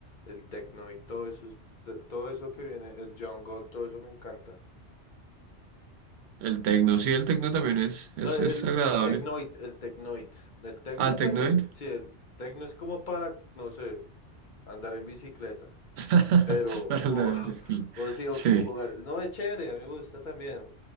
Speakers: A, on the left (about 50°); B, on the right (about 70°).
A: el techno y todo eso, es- de- todo eso que viene, el jungle, todo eso me encanta.
B: el techno, sí, el techno también es,
A: No,
B: es,
A: el,
B: es agradable.
A: el technoid, el technoid. El techno,
B: Al Technoid,
A: pues, el, sí, el techno es como para, no sé, andar en bicicleta,
B: <laughs>
A: pero,
B: para
A: o,
B: andar en
A: <laughs>
B: bicicleta.
A: o, sí, o
B: Sí,
A: como jugar. No, es chévere, a mí me gusta también.